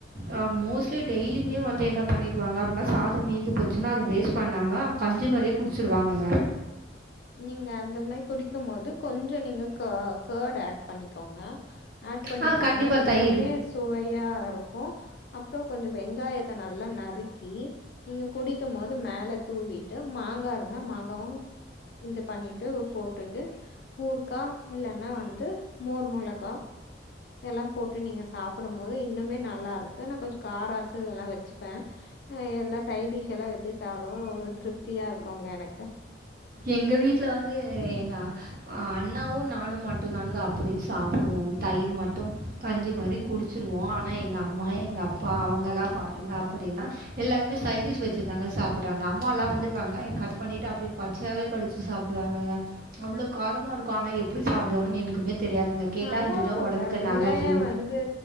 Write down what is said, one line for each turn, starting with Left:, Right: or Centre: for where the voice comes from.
Right: ஆ மோஸ்லி டெய்லியுமே வந்து என்னா பண்ணிடுவாங்க அப்டின்னா சாதோ மீந்து போச்சுன்னா அது வேஸ்ட் பண்ணாம கஞ்சி மாரியே குடிச்சிடுவாங்கங்க
Left: நீங்க அந்த மேரி குடிக்கும்போது கொஞ்சோ நீங்க க கர்டு ஆட் பண்ணிக்கோங்க ஆட் பண்ணிக்கிறீங்கன்னா
Right: ஆ கண்டிப்பாக
Left: இன்னுமே
Right: தயிர்
Left: சுவையா இருக்கு அப்றோ கொஞ்ச வெங்காயத்த நல்லா நறுக்கி நீங்க குடிக்கும்போது மேல தூவிட்டு மாங்கா இருந்தா மாங்காவு இது பண்ணிட்டு போட்டுட்டு ஊற்கா இல்லன்னா வந்து மோர் மொளகா இதல்லா போட்டு நீங்க சாப்புடும்போது இன்னமே நல்லா இருக்கு நா கொஞ்ச காராசு இதல்லா வச்சுப்ப ம் எல்லா சைடிஷ் எல்லா வச்சுட்டு சாப்படும்போது ஒரு திருப்தியா இருக்குங்க எனக்கு
Right: எங்க வீட்டுல வந்து எங்க அண்ணாவு நானு மட்டுந்தாங்க அப்டி சாப்புடுவோ தயிர் மட்டு கஞ்சி மாரி குடிச்சுடுவோ ஆனா எங்க அம்மா எங்க அப்பா அவங்கலா பாத் திங்க அப்டின்னா எல்லாருமே சைடிஷ் வச்சு தாங்க சாப்பிடு றாங்க அம்மாலா வந்து வெங்காய கட் பண்ணிட்டு அப்டியே பச்சையாவே கடிச்சு சாப்பிடுவாங்கங்க அவ்ளோ காரமா இருக்கு ஆனா எப்டி சாப்பிடுவாங்கன்னு எனக்குமே தெரியாதுங்க கேட்டால்
Left: நல்லா
Right: இதுதான்
Left: இருக்காங்க
Right: உடம்புக்கு
Left: வெங்காயோ
Right: நல்லது
Left: வந்து